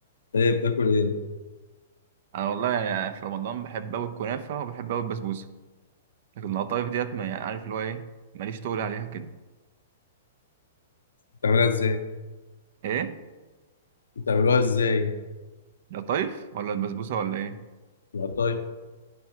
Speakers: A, on the left (about 80°); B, on the right (about 55°).
A: إيه بتاكل إيه؟
B: انا والله يعني في رمضان بحب قوي الكنافه وبحب قوي البسبوسه لكن القطايف ديت ما يعني عارف اللي هو ايه ماليش تقول عليها كده
A: بتعملها إزاي؟
B: ايه
A: بتعملوها إزاي؟
B: القطايف ولا البسبوسه ولا ايه
A: القطايف